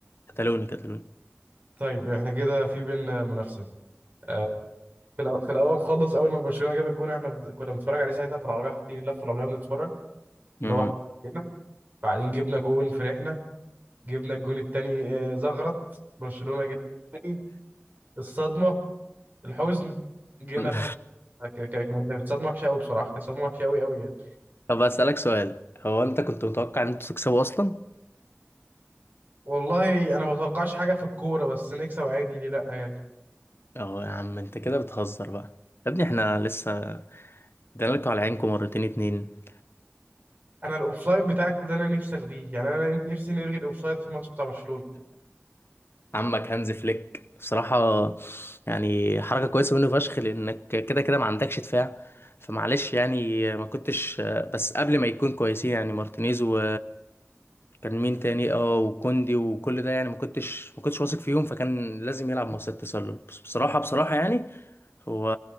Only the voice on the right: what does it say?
طيب احنا كده في بينا منافسه آه، في الأو- في الاول خالص اول ما برشلونه جاب الجون احنا بد- كنا بنتفرج عليه ساعتها في العربيه حاطين اللفه العربيه بنتفرج
اللي هو كده بعدين جبنا جون فرحنا جبنا الجون الثاني زغرت برشلونه جاب التاني. الصدمه الحزن جينا
كانت كانت صدمة وحشة أوي بصراحة كانت صدمة وحشة أوي أوي يعني
والله أنا ما بتوقعش حاجة في الكورة بس نكسب عادي ليه لأ يعني
أنا الأوفسايد بتاعكوا ده أنا نفسي ألغيه يعني أنا نفسي نلغي الأوفسايد في الماتش بتاع برشلونة